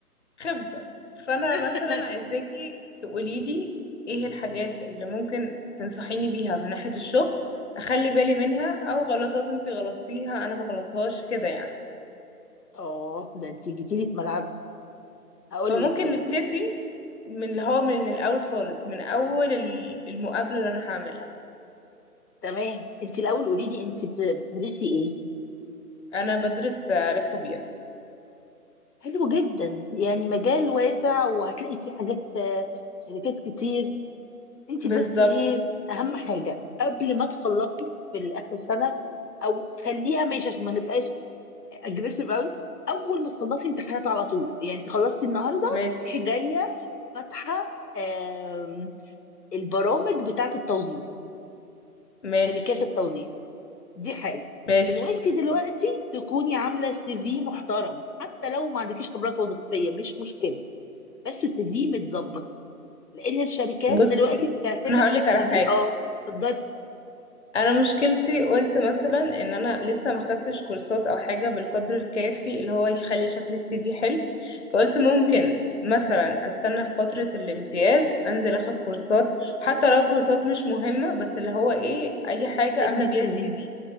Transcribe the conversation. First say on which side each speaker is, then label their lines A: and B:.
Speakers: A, on the left; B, on the left.
A: خبرة فأنا
B: <laughs>
A: مثلا عايزاكي تقوليلي ايه الحاجات اللي ممكن تنصحيني بيها من ناحية الشغل أخلي بالي منها أو غلطات انتي غلطتيها أنا ما غلطهاش كده يعني
B: اه ده انتي جيتيلي في ملعب هقول
A: فممكن
B: لك طيب
A: نبتدي من اللي هو من الأول خالص من أول ال- المقابلة اللي أنا هعملها
B: تمام انتي الاول قولي لي انتي بت- بتدرسي ايه؟
A: أنا بدرس علاج طبيعي
B: حلو جدا يعني مجال واسع وهتلاقي فيه حاجات آه، شركات كتير انتي
A: بالظبط
B: بس ايه اهم حاجة قبل ما تخلصي في الاخر سنة او خليها ماشي عشان ما نبقاش اجريسيف قوي اول ما تخلصي امتحانات على طول يعني انت خلصتي النهارده
A: ماشي
B: تروحي جايه فاتحه آم، البرامج بتاعه التوظيف
A: ماشي
B: شركات التوظيف دي حاجه
A: ماشي
B: من وانت دلوقتي تكوني عامله سي في محترم حتى لو ما عندكيش خبرات وظيفيه مش مشكله بس سي في متظبط لان الشركات
A: بصي
B: دلوقتي بتعتمد
A: أنا هقولك
B: في السي
A: على حاجة
B: في اه تقدري
A: انا مشكلتي قلت مثلا ان انا لسه ما خدتش كورسات او حاجه بالقدر الكافي اللي هو يخلي شكل السي في حلو فقلت ممكن مثلا استنى في فتره الامتياز انزل اخد كورسات حتى لو كورسات مش مهمه بس اللي هو ايه اي حاجه
B: تعملي
A: املى
B: السي
A: بيها السي
B: في
A: في